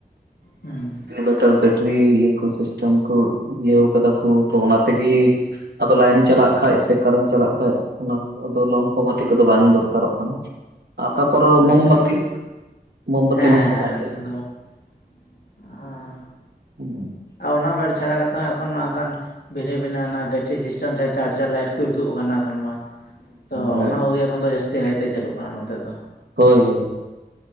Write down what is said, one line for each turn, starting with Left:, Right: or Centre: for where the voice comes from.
Left: ᱦᱮᱸ ᱦᱩᱸ
Right: ᱤᱱᱵᱷᱟᱴᱟᱨ <unintelligible> ᱨᱤ ᱤᱠᱳ ᱥᱤᱥᱴᱮᱢ ᱠᱚ ᱤᱭᱟᱹᱣ ᱠᱟᱫᱟ ᱠᱚ ᱛᱚ ᱛᱷᱚ ᱚᱱᱟ ᱛᱮᱜᱤ ᱟᱫᱚ ᱞᱟᱭᱤᱱ ᱪᱟᱞᱟᱜ ᱠᱷᱟᱡ ᱥᱮ ᱠᱟᱨᱮᱱ ᱪᱟᱞᱟᱜ ᱠᱷᱟᱡ ᱚᱱᱟ ᱟᱫᱚ ᱞᱚᱢᱯᱷᱚ ᱜᱟᱛᱮ ᱠᱚᱫᱚ ᱵᱟᱝ ᱫᱚᱨᱠᱟᱨᱚᱜ ᱠᱟᱱᱟ ᱟᱨ ᱛᱟᱨᱯᱚᱨᱮ
Left: ᱟᱪᱪᱷᱟ
Right: ᱟᱫᱚ ᱢᱳᱢᱵᱟᱛᱤ
Left: ᱟᱪᱪᱷᱟ
Right: ᱢᱳᱢᱵᱟᱛᱤ
Left: ᱦᱮᱸ ᱦᱮᱸ ᱦᱮᱸ
Right: ᱵᱚᱸ <unintelligible>
Left: <unintelligible>
Right: ᱯᱩᱱ
Left: ᱟᱨ ᱚᱱᱟ ᱵᱮᱨ ᱪᱷᱟᱰᱟ ᱠᱟᱛᱮ ᱦᱚᱸ ᱮᱠᱷᱚᱱ ᱱᱟᱜᱠᱷᱟᱱ ᱵᱷᱤᱱᱟᱹ ᱵᱷᱤᱱᱟᱹ ᱚᱱᱟ ᱵᱮᱴᱨᱤ ᱥᱤᱥᱴᱮᱢ ᱡᱟᱦᱟᱸ ᱪᱟᱨᱡᱟᱨ ᱞᱟᱭᱤᱴ ᱠᱚ ᱡᱩᱛᱩᱜ ᱠᱟᱱᱟ ᱮᱠᱷᱚᱱ ᱢᱟ, ᱛᱚ
Right: ᱦᱳᱭ
Left: ᱚᱱᱟ ᱠᱚᱜᱮ ᱮᱠᱷᱚᱱ ᱫᱚ ᱡᱟᱹᱥᱛᱤ ᱠᱟᱭᱛᱮ ᱪᱟᱹᱞᱩᱜ ᱠᱟᱱᱟ ᱱᱚᱛᱮ ᱫᱚ
Right: ᱦᱳᱭ ᱦᱳᱭ